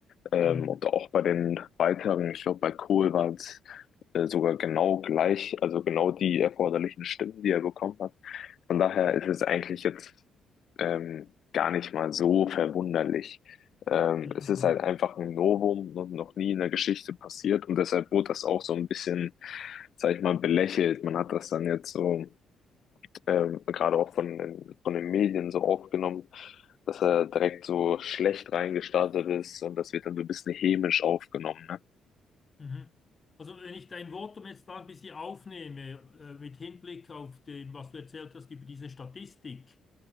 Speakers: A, on the left; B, on the left.
A: Ähm,
B: mhm,
A: und auch bei den weiteren, ich glaube, bei Kohl waren es äh, sogar genau gleich, also genau die erforderlichen Stimmen, die er bekommen hat. Von daher ist es eigentlich jetzt ähm, gar nicht mal so verwunderlich. Ähm,
B: mhm,
A: es ist halt
B: mhm.
A: einfach ein Novum und noch nie in der Geschichte passiert und deshalb wurde das auch so ein bisschen, sag ich mal, belächelt. Man hat das dann jetzt so ähm, gerade auch von, den- von den Medien so aufgenommen, dass er direkt so schlecht reingestartet ist und das wird dann so ein bisschen hämisch aufgenommen, ne?
B: mhm. Also wenn ich dein Votum jetzt da ein bisschen aufnehme, äh, mit Hinblick auf dem, was du erzählt hast über diese Statistik,